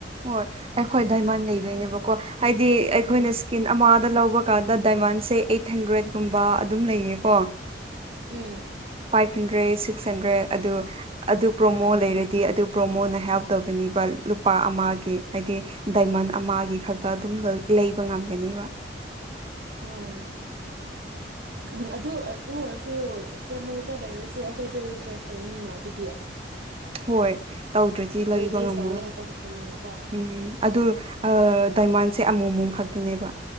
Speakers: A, on the right; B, on the right.
A: ꯍꯣꯏ ꯑꯩꯈꯣꯏ ꯗꯥꯏꯃꯟ ꯂꯩꯗꯣꯏꯅꯦꯕꯀꯣ ꯍꯥꯏꯗꯤ ꯑꯩꯈꯣꯏꯅꯁꯨ
B: ꯎꯝ
A: ꯀꯤꯟ ꯑꯃꯥꯗ ꯂꯧꯕ ꯀꯥꯟꯗ ꯗꯥꯏꯃꯟꯁꯦ ꯑꯩꯠ ꯍꯟꯗ꯭ꯔꯦꯠꯀꯨꯝꯕ ꯑꯗꯨꯝ ꯂꯩꯌꯦꯀꯣ
B: ꯎꯝ
A: ꯐꯥꯏꯐ ꯍꯟꯗ꯭ꯔꯦꯠ ꯁꯤꯛꯁ ꯍꯟꯗ꯭ꯔꯦꯠ ꯑꯗꯨ ꯑꯗꯨ ꯄ꯭ꯔꯣꯃꯣ ꯂꯩꯔꯗꯤ ꯑꯗꯨ ꯄ꯭ꯔꯣꯃꯣꯅ ꯍꯦꯜꯞ ꯇꯧꯒꯅꯤꯕ ꯂꯨꯄꯥ ꯑꯃꯒꯤ ꯍꯥꯏꯗꯤ ꯗꯥꯏꯃꯟ ꯑꯃꯒꯤ ꯈꯛꯇ ꯑꯗꯨꯝ ꯂꯩꯕ ꯉꯝꯒꯅꯤꯕ
B: ꯑꯣ ꯎꯝ ꯑꯗꯨ ꯑꯗꯨ ꯑꯣꯏꯔꯁꯨ ꯄ꯭ꯔꯣꯃꯣꯗꯣ ꯂꯩꯔꯁꯨ ꯑꯩꯈꯣꯏꯗꯣ ꯔꯤꯁꯔꯁ ꯇꯧꯅꯤꯅ ꯑꯗꯨꯗꯤ <inaudible>
A: ꯍꯣꯏ ꯇꯧꯗ꯭ꯔꯗꯤ ꯂꯩꯕ
B: ꯔꯤꯗ꯭ꯌꯨꯁ
A: ꯉꯝꯃꯣꯏ
B: ꯇꯧꯋꯦ ꯍꯥꯏꯕ ꯈꯛꯇꯅꯤꯅꯀꯣ
A: ꯎꯝ ꯑꯗꯨ ꯑꯥ ꯗꯥꯏꯃꯟꯁꯦ ꯑꯃꯨꯛ ꯑꯃꯨꯛ ꯈꯛꯇꯅꯦꯕ